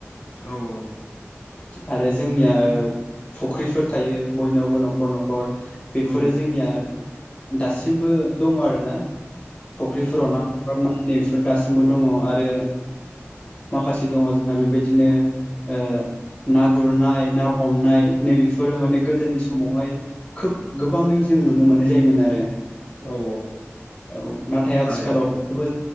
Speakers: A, on the left; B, on the left.
A: औ औ।
B: आरो जोंनिया फुख्रिफोर थायो बयनावबो न'खर न'खर। बेफोरो
A: औ
B: जोंनिया दासिमबो दङ आरोना। फुख्रिफोराव ना हगारनाफोर दासिमबो दङ आरो। माखासे दङ जोंहा बेबायदिनो ओ ना गुरनाय ना हमनाय नैबेफोरो माने गोदोनि समावहाय खोब गोबाङै जों नुनो मोननाय जायोमोन आरो।
A: औ औ।
B: औ नाथाय आथिखालाव
A: थारैनो
B: बे